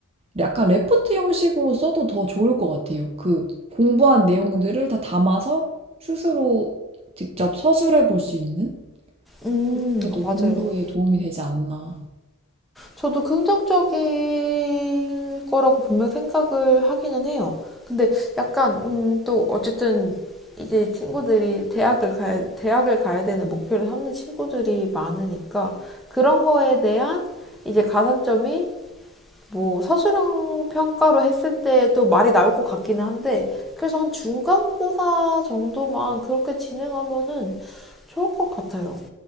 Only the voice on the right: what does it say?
약간 레포트 형식으로 써도 더 좋을 것 같아요. 그 공부한 내용들을 다 담아서 스스로 직접 서술해 볼 수 있는
그런 게 더
공부에 도움이 되지 않나.